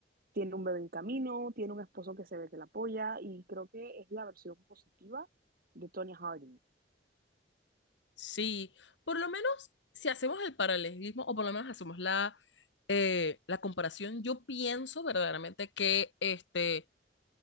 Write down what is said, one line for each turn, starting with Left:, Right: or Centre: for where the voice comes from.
Right: tiene un bebé en camino, tiene un esposo que se ve que la apoya y creo que es la versión positiva de Tonya Harding.
Left: sí, por lo menos si hacemos el paralelismo o por lo menos hacemos la, eh, la comparación, yo pienso verdaderamente que este,